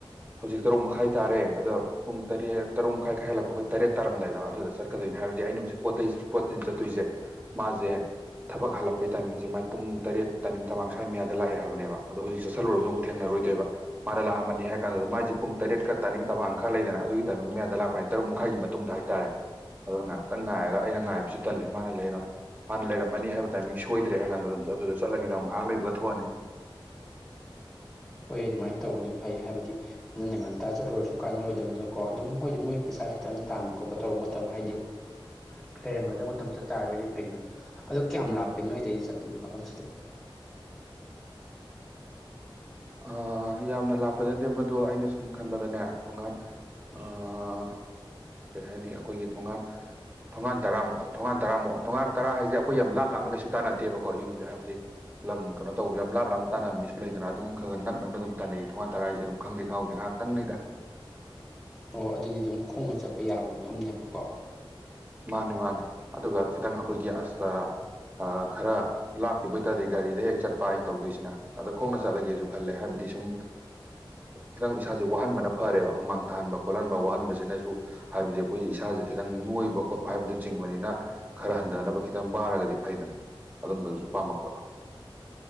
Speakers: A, on the right (about 20°); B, in the centre.
A: ꯍꯧꯖꯤꯛ ꯇꯔꯨꯛ ꯃꯈꯥꯏ ꯇꯥꯔꯦ ꯑꯗꯣ ꯄꯨꯡ ꯇꯔꯦꯠ ꯇꯔꯨꯛ ꯃꯈꯥꯏ ꯈꯔ ꯍꯦꯜꯂꯛꯄ ꯑꯈꯣꯏ ꯇꯔꯦꯠ ꯇꯥꯔꯝꯗꯥꯏꯗ ꯑꯗꯨꯗ ꯆꯠꯀꯗꯣꯏꯅꯤ ꯍꯥꯏꯕꯗꯤ ꯑꯩꯅ ꯍꯧꯖꯤꯛ ꯄꯣꯠ ꯆꯩ ꯄꯣꯠꯊꯤꯟ ꯆꯠꯇꯣꯏꯖꯦ ꯃꯥꯖꯦ ꯊꯕꯛ ꯍꯜꯂꯛꯄꯩ ꯇꯥꯏꯃꯤꯡꯖꯦ ꯃꯥꯏ ꯄꯨꯡ ꯇꯔꯦꯠ ꯇꯥꯅꯤꯡ ꯇꯃꯥꯡ ꯁ꯭ꯋꯥꯏ ꯃꯌꯥꯗ ꯂꯥꯛꯑꯦ ꯍꯥꯏꯕ ꯑꯣ ꯍꯧꯖꯤꯛ ꯁꯨ ꯁꯜꯂꯨꯔꯁꯨ ꯑꯃꯨꯛ ꯊꯦꯡꯅꯔꯣꯏꯗꯣꯏꯕ ꯃꯥꯅ ꯂꯥꯛꯑꯃꯅꯤ ꯍꯥꯏ ꯀꯥꯟꯗꯨꯗ ꯃꯥꯏꯖꯦ ꯄꯨꯡ ꯇꯔꯦꯠꯀ ꯇꯥꯅꯤꯡ ꯇꯃꯥꯡ ꯈꯔ ꯂꯩꯗꯅ ꯑꯗꯨꯒꯤ ꯇꯥꯏꯃꯤꯡ ꯃꯌꯥꯗ ꯂꯥꯛꯄ ꯇꯔꯨꯛ ꯃꯈꯥꯏꯒꯤ ꯃꯇꯨꯡ ꯍꯥꯏ ꯍꯥꯏꯇꯥꯔꯦ ꯑꯗꯨꯅ ꯉꯥꯛꯍꯥꯛꯇꯪ ꯉꯥꯏꯔꯒ ꯑꯩꯅ ꯉꯥꯏꯕꯁꯨ ꯇꯜꯂꯦ ꯃꯥꯅ ꯂꯩꯔꯣꯏ ꯃꯥꯅ ꯂꯩꯔꯝꯃꯅꯤ ꯍꯥꯏꯕ ꯇꯥꯏꯃꯤꯡ ꯁꯣꯏꯗ꯭ꯔꯦ ꯍꯥꯏ ꯀꯥꯟꯗꯨꯗ ꯑꯗꯨꯗ ꯆꯠꯂꯒꯦꯗꯧ ꯉꯥꯍꯥꯛ ꯂꯩꯕꯒ ꯊꯣꯛꯑꯅꯤ꯫
B: ꯍꯣꯏ ꯑꯗꯨꯃꯥꯏ ꯇꯧꯕꯅꯤ ꯐꯩ ꯍꯥꯏꯕꯗꯤ ꯅꯪꯅ ꯉꯟꯇꯥ ꯆꯠꯂꯨꯔꯁꯨ ꯀꯥꯟꯅꯔꯣꯏꯗꯝꯅꯤꯅꯀꯣ ꯑꯗꯨꯝ ꯍꯣꯏꯗꯤ ꯃꯣꯏ ꯄꯩꯁꯥ ꯈꯤꯇꯪ ꯇꯥꯟꯕ ꯈꯣꯠꯄ ꯇꯧꯕ ꯃꯇꯝ ꯍꯥꯏꯗꯤ <unintelligible> ꯂꯩꯩꯔꯝꯒꯗꯕ ꯃꯇꯝ ꯆꯠ ꯇꯥꯔꯒꯗꯤ ꯐꯩꯅ ꯑꯗꯨ ꯀꯌꯥꯝ
A: ꯎꯝ
B: ꯂꯥꯞꯀꯦ ꯅꯣꯏꯗꯩꯗꯤ ꯆꯠꯂꯤꯗ ꯃꯐꯝꯁꯤꯗꯤ?
A: ꯑꯥ ꯌꯥꯝꯅ ꯂꯥꯞꯄꯗꯤ ꯅꯠꯇꯦ ꯃꯗꯨ ꯑꯩꯅ ꯁꯨꯝ ꯈꯟꯕꯗꯅꯦ ꯊꯣꯡꯒꯥꯟ
B: <inaudible>
A: ꯑꯥ ꯀꯩ ꯍꯥꯏꯅꯤ ꯑꯈꯣꯏꯒꯤ ꯊꯣꯡꯒꯥꯟ ꯊꯣꯡꯒꯥꯟ ꯇꯔꯥꯃꯨꯛ ꯊꯣꯡꯒꯥꯟ ꯇꯔꯥꯃꯨꯛ ꯊꯣꯡꯒꯥꯟ ꯇꯔꯥ ꯍꯥꯏꯖꯦ ꯑꯈꯣꯏ ꯌꯥꯝ ꯂꯥꯞ ꯂꯥꯞꯅ ꯀꯩꯁꯨ ꯇꯥꯟꯅꯗꯦꯕꯀꯣ ꯌꯨꯝꯖꯦ ꯍꯥꯏꯕꯗꯤ ꯂꯝ ꯀꯅꯣ ꯇꯧꯕ ꯌꯥꯝ ꯂꯥꯞ ꯂꯥꯞꯅ ꯇꯥꯅ ꯃꯤꯁꯨ ꯂꯩꯗꯅ ꯑꯗꯨꯝ ꯈꯔ ꯈ ꯅꯛ ꯅꯛꯅ ꯑꯗꯨꯝꯅꯩ ꯊꯣꯉꯥꯟ ꯇꯔꯥꯖꯦ ꯑꯗꯨ ꯈꯪꯗꯦ ꯈꯪꯍꯧꯗꯦ ꯉꯥꯏꯍꯥꯛꯇꯪꯅꯤꯗ꯫
B: ꯑꯣ ꯑꯗꯨꯗꯤ ꯑꯗꯨꯝ ꯈꯣꯡꯅ ꯆꯠꯄ ꯌꯥꯕ ꯃꯐꯝꯅꯦꯕꯀꯣ꯫
A: ꯃꯥꯅꯤ ꯃꯥꯅꯤ ꯑꯗꯨꯒ ꯈꯤꯇꯪ ꯑꯈꯣꯏꯒꯤ ꯑꯁ ꯑ ꯈꯔ ꯂꯥꯞꯈꯤꯕ ꯑꯣꯏꯇꯥꯥꯔꯗꯤ ꯒꯥꯔꯤꯗ ꯍꯦꯛ ꯆꯠꯄ ꯑꯩꯅ ꯇꯧꯗꯣꯏꯁꯤꯅ ꯑꯗ ꯈꯣꯡꯅ ꯆꯠꯂꯒꯦꯁꯨ ꯈꯜꯂꯦ ꯍꯥꯏꯕꯗꯤ ꯁꯨꯝ ꯈꯤꯇꯪ ꯏꯁꯥꯖꯦ ꯋꯥꯍꯟꯕꯅ ꯐꯔꯦꯕ ꯍꯨꯃꯥꯡ ꯇꯥꯍꯟꯕ ꯈꯣꯠꯍꯟꯕ ꯋꯥꯍꯟꯕꯁꯤꯅꯖꯨ ꯍꯥꯏꯕꯗꯤ ꯑꯩꯈꯣꯏꯖꯦ ꯏꯁꯥꯥꯖꯦ ꯈꯤꯇꯪ ꯅꯣꯏꯕ ꯈꯣꯠꯄ ꯍꯥꯏꯕꯗꯨ ꯆꯤꯡꯕꯅꯤꯅ ꯈꯔ ꯍꯟꯊꯅꯕ ꯈꯤꯇꯪ ꯋꯥꯔꯒꯗꯤ ꯐꯩꯗꯅ ꯑꯗꯨꯝꯕꯗꯨꯖꯨ ꯄꯥꯝꯃꯛꯄ꯫